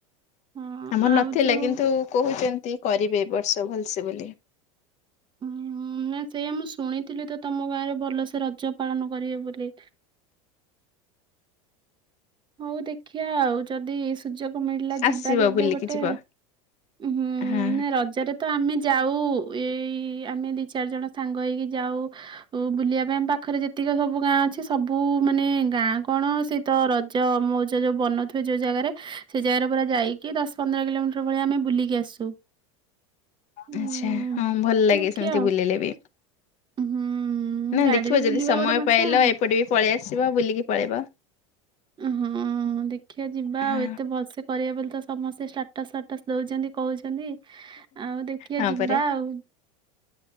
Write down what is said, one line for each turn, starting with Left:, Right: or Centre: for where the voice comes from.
Right: ହଁ
Left: ଆମର
Right: ଆଉ
Left: ନଥିଲା
Right: ଯୋଉ
Left: କିନ୍ତୁ କହୁଛନ୍ତି କରିବେ ଏବର୍ଷ ଭଲସେ ବୋଲି।
Right: ଉଁ ନା ସେଇଆ ମୁଁ ଶୁଣିଥିଲି ତ ତମ ଗାଁରେ ଭଲସେ ରଜ ପାଳନ କରିବି ବୋଲି। ହଉ ଦେଖିଆ ଆଉ ଯଦି ସୁଯୋଗ ମିଳିଲା
Left: ଆସିବ
Right: ଯିବା କେବେ
Left: ବୁଲିକି
Right: ଗୋଟେ।
Left: ଯିବ
Right: ହୁଁ
Left: ହଁ
Right: ନା ରଜରେ ତ ଆମେ ଯାଉ ଏଇ ଆମେ ଦି ଚାରି ଜଣ ସାଙ୍ଗ ହେଇ କି ଯାଉ ଓ ବୁଲିବା ପାଇଁ ଆମ ପାଖରେ ଯେତିକି ସବୁ ଗାଁ ଅଛି ସବୁ ମାନେ ଗାଁ କଣ ସେ ତ ର ମଉଜ ଯୋଉ ବନଉଥିବେ ଯୋଉ ଜାଗାରେ ସେ ଜାଗାରେ ପୁରା ଯାଇକି ଦଶ ପନ୍ଦର କିଲୋମିଟର ଭଳିଆ ଆମେ ବୁଲିକି ଆସୁ। ଉଁ
Left: ଆଚ୍ଛା ହଁ ଭଲ ଲାଗେ
Right: ଦେଖିଆ
Left: ସେମିତି
Right: ଆଉ
Left: ବୁଲିଲେ ବି।
Right: ହୁଁ
Left: ନାଇଁ
Right: ଗାଡିରେ
Left: ଦେଖିବ ଯଦି
Right: ବୁଲିବା
Left: ସମୟ
Right: ଗୋଟେ ମଜା
Left: ପାଇଲ
Right: ଆଉ।
Left: ଏପଟେ ବି ପଳେଇ ଆସିବ ବୁଲିକି ପଳେଇବ।
Right: ଅଁ ହଁ। ହଁ ଦେଖିଆ ଯିବା
Left: ହଁ
Right: ଆଉ ଏତେ ଭଲ୍ସେ କରିବେ ବୋଲିତ ସମସ୍ତେ ଷ୍ଟାଟସ୍ ଫାଟସ୍ ଦଉଚନ୍ତି କହୁଛନ୍ତି। ଆଉ ଦେଖିବା
Left: ହଁ
Right: ଯିବା
Left: ପରା
Right: ଆଉ।